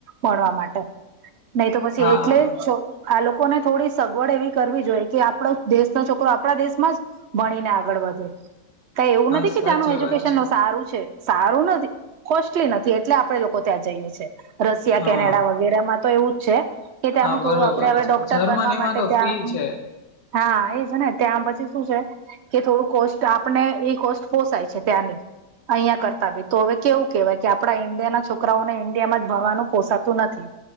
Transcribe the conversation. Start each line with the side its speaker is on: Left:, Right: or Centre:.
Right: ભણવા માટે, નહી તો પછી
Left: હા
Right: એટલે છો- આ લોકોને થોડી સગવડ એવી કરવી જોઈએ કે, આપણો દેશનો છોકરો આપણા દેશમાં જ - -ભણીને આગળ વધે. -કઈ એવું
Left: હા
Right: નથી
Left: સાચી
Right: કે ત્યાંનું એજ્યુકેશન
Left: વાત છે
Right: સારું છે, સારું નથી, કોસ્ટલી નથી, એટલે આપડે લોકો ત્યાં- -જઈએ છે રશિયા,
Left: હા
Right: કેનેડા વગેરેમાં તો એવું જ છે. -કે ત્યાંનું
Left: હા બરોબર
Right: થોડું, આપડે અવે
Left: છે
Right: ડોક્ટર
Left: જર્મનીમાં
Right: બનવા માટે
Left: તો
Right: ત્યાં-
Left: ફ્રી છે
Right: હા, એ છે ને ત્યાં પછી શું છે? -કે થોડું કોસ્ટ આપને એ કોસ્ટ પોસાય છે ત્યાંની. અહિયા કરતા ભી, તો હવે કેવું કેવાય કે, આપણા ઈન્ડિયાના છોકરા- -છોકરાઓને ઈન્ડિયામાં જ ભણવાનું પોસાતું નથી.